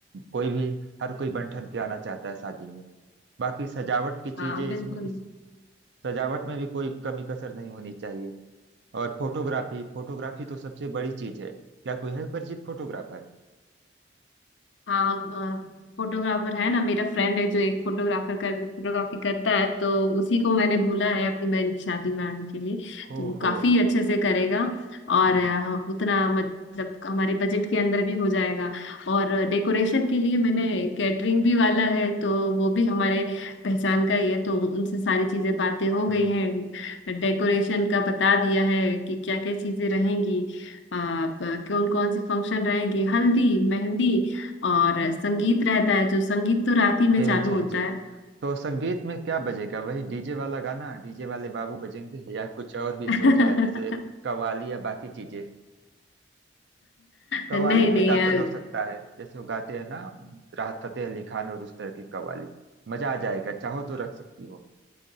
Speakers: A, on the right (about 70°); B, on the left (about 80°).
A: कोई भी हर कोई बन ठन के आना चाहता है शादी में बाकी सजावट की चीजें
B: हाँ बिल्कुल
A: इसमें इस सजावट में भी कोई कमी कसर नहीं होनी चाहिए और फोटोग्राफी फोटोग्राफी तो सबसे बड़ी चीज है क्या कोई है परिचित फोटोग्राफर
B: हाँ फोटोग्राफर है ना मेरा फ्रेंड है जो एक फोटोग्राफर कर फोटोग्राफी करता है तो उसी को मैंने बोला है अपनी बहन की शादी में आने के लिए
A: हो
B: तो वो
A: हो
B: काफी अच्छे से करेगा और
A: हम्म
B: अ, उतना मतलब हमारे बजट के अंदर भी हो जाएगा और डेकोरेशन के लिए मैंने कैटरिंग भी वाला है तो वो भी हमारे पहचान का ही है तो उनसे सारी चीजें बातें हो
A: हम्म,
B: गई हैं डेकोरेशन का बता दिया है कि क्या क्या चीजें रहेंगी कौन कौन से फंक्शन रहेंगे हल्दी मेहंदी और संगीत रहता है जो संगीत तो रात ही
A: जी
B: में चालू
A: हाँ जी
B: होता
A: हाँ जी हाँ
B: है
A: तो संगीत में क्या बजेगा वही डीजे वाला गाना डीजे वाले बाबू बजेंगे या कुछ और भी
B: <laughs>
A: सोचा है जैसे कव्वाली या बाकी चीजें कव्वाली
B: नहीं
A: भी
B: नहीं
A: एक ऑप्शन
B: अ,
A: हो सकता है जैसे वो गाते हैं ना राहत फतेह अली खान और उस तरह की कव्वाली मजा आ जाएगा चाहो तो रख सकती हो